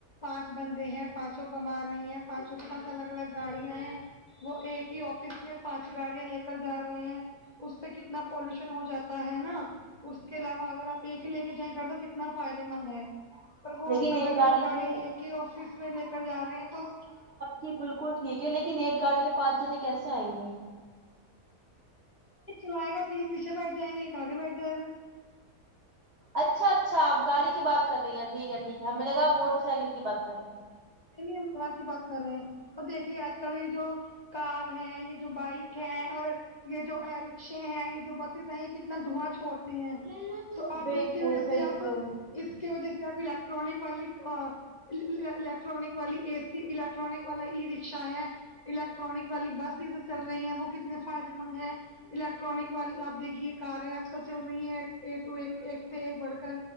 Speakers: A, on the left; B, on the right.
A: پانچ بندے ہیں پانچوں کما رہے ہیں پانچوں کے پاس الگ الگ گاڑیاں ہیں وہ ایک ہی آفس میں پانچ گاڑیاں لے کر جا رہے ہیں اس سے کتنا پالوشن ہو جاتا ہے نا اس کے علاوہ اگر آپ ایک ہی لے کے جائیں گھر تو کتنا فائدے مند ہے پر وہ
B: لیکن
A: الگ
B: ایک
A: الگ گاڑی
B: پہ
A: لے کے آفس میں لے کر جا رہے ہیں تو
B: جی بالکل ٹھیک ہے لیکن ایک گاڑی میں پانچ جنے کیسے آئیں گے
A: چلائے گا تین پیچھے بیٹھ جائیں گے ایک آگے بیٹھ جائے گا
B: اچھا اچھا آپ گاڑی کی ب کر رہی ہیں ٹھیک ہے ٹھیک ہے ہمیں نےگا موٹر سائیکل کی بات کر رہی ہے
A: ہمار کی بات کر رہے ہیں اور دیکھیے آج کل یہ جو کار ہے یہ جو بائک ہے اور یہ جو رکشے ہیں یہ جو بسیز ہیں یہ کتنا دھواں چھوڑتی ہیں تو آپ
B: بالکل
A: اس کی وجہ سے
B: بالکل
A: آپ اس کی وجہ سے آپ الیکٹرانک والی الیکٹرانک والی اے سی الیکٹرانک والا ای رکشا ہے الیکٹرانک والی بس سے چل رہی ہے وہ کتنے فائدے مند ہے الیکٹرانک والے آپ دیکھیے کار ہے آج کل چل رہی ہیں اے ٹو ایک ایک سے ایک بڑھ کر